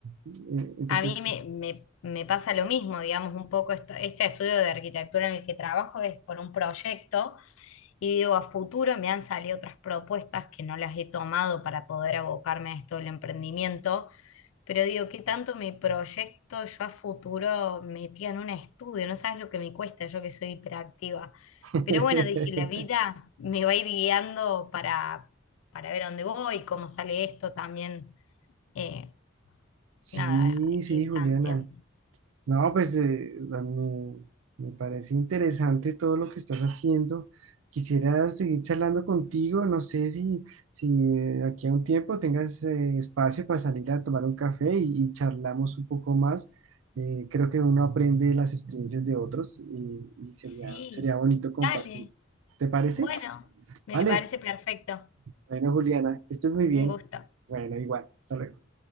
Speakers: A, on the right (about 85°); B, on the left (about 85°).
A: Eh, Entonces,
B: A mí me, me- me pasa lo mismo, digamos, un poco esto- este estudio de arquitectura en el que trabajo es por un proyecto y digo, a futuro me han salido otras propuestas que no las he tomado para poder abocarme a esto del emprendimiento, pero digo, ¿qué tanto mi proyecto yo a futuro metía en un estudio? No sabes lo que me cuesta, yo que soy hiperactiva.
A: <laughs>
B: Pero bueno, dije, la vida me va a ir guiando para, para ver a dónde voy, cómo sale esto también Eh,
A: sí,
B: Nada, hay que
A: sí,
B: ir
A: Juliana.
B: tanteando.
A: No, pues eh, a mí me parece interesante todo lo que estás haciendo. Quisiera seguir charlando contigo. No sé si, si eh, aquí a un tiempo tengas eh, espacio para salir a tomar un café y, y charlamos un poco más. Eh, creo que uno aprende de las experiencias de otros y, y sería,
B: Sí,
A: sería bonito compartir.
B: dale.
A: ¿Te parece?
B: Bueno, me
A: Vale.
B: parece perfecto.
A: Bueno, Juliana, que estés muy bien.
B: Un gusto.
A: Bueno, igual. Hasta luego.